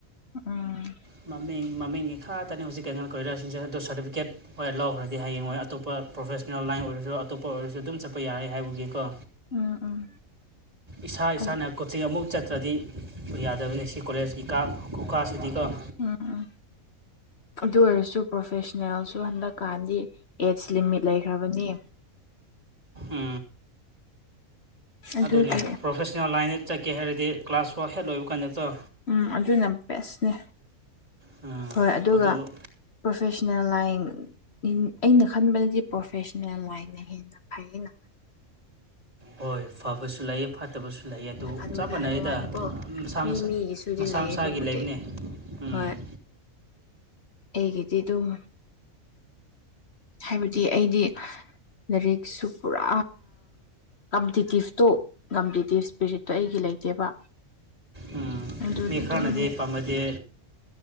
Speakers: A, on the left; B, on the right.
A: ꯎꯝ
B: ꯃꯃꯤꯡ ꯃꯃꯤꯡꯒꯤ ꯈꯥ ꯇꯅꯤ ꯍꯧꯖꯤꯛ ꯀꯩꯉꯜ ꯀꯣꯏꯔꯥꯁꯤꯡꯁꯦ ꯑꯗꯨꯣ ꯁꯥꯔꯇꯤꯐꯤꯀꯦꯠ ꯍꯣꯏ ꯂꯧꯈ꯭ꯔꯗꯤ ꯍꯌꯦꯡꯉꯣꯏ ꯑꯇꯣꯞꯄ ꯄ꯭ꯔꯣꯐꯦꯁꯅꯦꯜ ꯂꯥꯏꯟ ꯑꯣꯏꯔꯁꯨ ꯑꯇꯣꯞꯄ ꯑꯣꯏꯔꯁꯨ ꯑꯗꯨꯝ ꯆꯠꯄ ꯌꯥꯔꯦ ꯍꯥꯏꯕꯒꯤꯀꯣ
A: ꯎꯝ ꯎꯝ
B: ꯏꯁꯥ ꯏꯁꯥꯅ
A: ꯎꯝ
B: ꯀꯣꯆꯤꯡ ꯑꯃꯨꯛ ꯆꯠꯇ꯭ꯔꯗꯤ ꯌꯥꯗꯕꯅꯤ ꯁꯤ ꯀꯣꯂꯦꯖꯀꯤ ꯀ ꯀꯀꯥꯁꯤꯗꯤꯀꯣ
A: ꯎꯝ ꯑꯗꯨ ꯑꯣꯏꯔꯁꯨ ꯄ꯭ꯔꯣꯐꯦꯁꯟꯅꯜꯁꯨ ꯍꯟꯗꯛꯀꯥꯟꯗꯤ ꯑꯦꯠꯁ ꯂꯤꯃꯤꯠ ꯂꯩꯈ꯭ꯔꯕꯅꯤ
B: ꯎ
A: ꯑꯗꯨꯒꯤ
B: ꯑꯗꯨꯅꯦ ꯄ꯭ꯔꯣꯐꯦꯁꯅꯦꯜ ꯂꯥꯏꯟ ꯆꯠꯀꯦ ꯍꯥꯏꯔꯗꯤ ꯀ꯭ꯂꯥꯁ ꯋꯥ ꯍꯦꯠ ꯂꯣꯏꯕ ꯀꯥꯟꯗ ꯅꯠꯇ꯭ꯔꯣ
A: ꯎꯝ ꯑꯗꯨꯅ ꯕꯦꯁꯅꯦ
B: ꯎꯝ
A: ꯍꯣꯏ ꯑꯗꯨꯒ
B: ꯑꯗꯨ
A: ꯄ꯭ꯔꯣꯐꯦꯁꯅꯦꯜ ꯂꯥꯏꯟ ꯑꯩꯅ ꯈꯟꯕꯅꯗꯤ ꯄ꯭ꯔꯣꯐꯦꯁꯟꯅꯜ ꯂꯥꯏꯅ ꯍꯦꯟꯅ ꯐꯩꯅ
B: ꯍꯣꯏ ꯐꯥꯕꯁꯨ ꯂꯏ ꯐ ꯐꯠꯇꯕꯁꯨ ꯂꯩ ꯑꯗꯨ
A: ꯑꯩꯅ ꯈꯟꯕꯗ
B: ꯆꯞ ꯃꯥꯟꯅꯩꯗ
A: ꯍꯥꯏꯕ ꯋꯥꯅꯤꯀꯣ
B: ꯃꯁꯥ
A: ꯃꯤ
B: ꯃꯁꯥ
A: ꯃꯤꯒꯤꯁꯨꯗꯤ
B: ꯃꯁꯥ
A: ꯂꯩꯌꯦ
B: ꯃꯁꯥꯒꯤ
A: ꯑꯗꯨꯕꯨꯗꯤ
B: ꯂꯩꯕꯅꯦ ꯎꯝ
A: ꯍꯣꯏ ꯑꯩꯒꯤꯗꯤ ꯑꯗꯨꯝ ꯍꯥꯏꯕꯗꯤ ꯑꯩꯗꯤ ꯂꯥꯏꯔꯤꯛꯁꯨ ꯄꯨꯔꯥ ꯀꯝꯄꯤꯇꯤꯇꯤꯞꯇꯣ ꯀꯝꯄꯤꯇꯤꯞ ꯏꯁꯄꯤꯔꯤꯠꯇꯣ ꯑꯩꯒꯤ ꯂꯩꯇꯦꯕ
B: ꯎꯝ,
A: ꯑꯗꯨꯒꯤ
B: ꯃꯤ ꯈꯔꯅꯗꯤ
A: ꯑꯗꯨꯝ
B: ꯄꯥꯝꯝꯕꯗꯤ